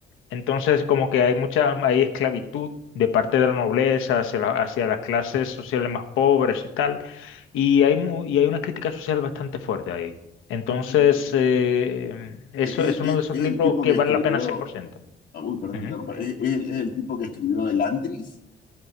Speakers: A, on the left; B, on the left.
A: Entonces, como que hay mucha, hay esclavitud de parte de la nobleza hacia, la- hacia las clases sociales más pobres y tal, y hay, mu- y hay una crítica social bastante fuerte ahí. Entonces,
B: Es, me parece
A: eh,
B: que-
A: eso
B: es-
A: es uno
B: es-
A: de esos
B: es
A: libros
B: el tipo
A: que
B: que escribió.
A: vale la pena 100%.
B: ah, Uy, perdón,
A: Ujú.
B: te interrumpa. ¿Es, es el, es el tipo que escribió El Antris?